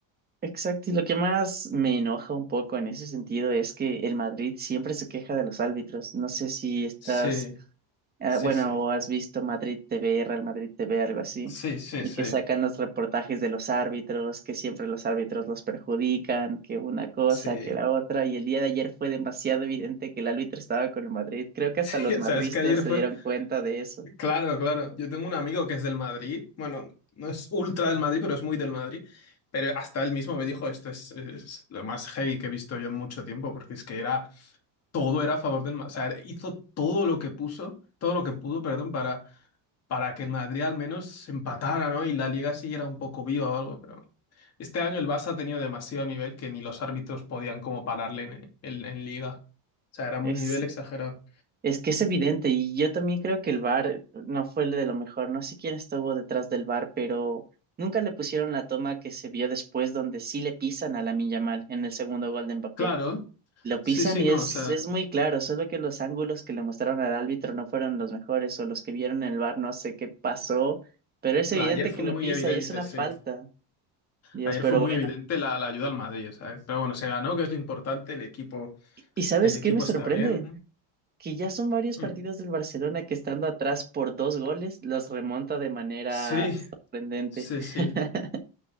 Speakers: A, on the right; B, on the left.
A: Exacto, y lo que más me enoja un poco en ese sentido es que el Madrid siempre se queja de los árbitros. No sé si estás,
B: Sí,
A: ah,
B: sí,
A: bueno,
B: sí,
A: o has visto Madrid TV, Real Madrid TV, algo así,
B: sí, sí,
A: y
B: sí,
A: que sacan los reportajes de los árbitros, que siempre los árbitros los perjudican, que una cosa,
B: sí.
A: que la otra, y el día de ayer fue demasiado evidente que el árbitro estaba con el Madrid. Creo que
B: Sí,
A: hasta los
B: <laughs> o
A: madristas
B: sea, es que ayer
A: se
B: fue,
A: dieron cuenta de eso.
B: Claro, claro. Yo tengo un amigo que es del Madrid. Bueno, no es ultra del Madrid, pero es muy del Madrid. Pero hasta él mismo me dijo, esto es, es lo más heavy que he visto yo en mucho tiempo, porque es que era, todo era a favor del Madrid. O sea, hizo todo lo que puso, todo lo que pudo, perdón, para, para que el Madrid al menos se empatara, ¿no? Y la liga siguiera un poco viva o algo, pero este año el Barça ha tenido demasiado nivel que ni los árbitros podían como pararle en, en en liga. O sea, era un
A: Es
B: nivel exagerado.
A: Es que es evidente y yo también creo que el VAR no fue el de lo mejor. No sé quién estuvo detrás del VAR, pero nunca le pusieron la toma que se vio después donde sí le pisan a Lamine Yamal en el segundo gol de Mbappé.
B: Claro.
A: Lo
B: Sí,
A: pisan
B: sí,
A: y
B: no,
A: es,
B: o sea.
A: es muy claro, solo que los ángulos que le mostraron al árbitro no fueron los mejores o los que vieron en el VAR no sé qué pasó, pero es
B: No,
A: evidente
B: ayer fue
A: que
B: muy
A: lo pisa
B: evidente,
A: y es una
B: sí.
A: falta. Dios,
B: Ayer
A: pero
B: fue muy
A: bueno.
B: evidente la, la ayuda al Madrid, ¿sabes? Pero bueno, se ganó, que es lo importante, el equipo,
A: ¿Y sabes
B: el equipo
A: qué me sorprende?
B: está bien.
A: que ya son varios
B: Mm.
A: partidos del Barcelona que estando atrás por dos goles, los remonta de manera
B: Sí,
A: sorprendente.
B: sí, sí.
A: <laughs>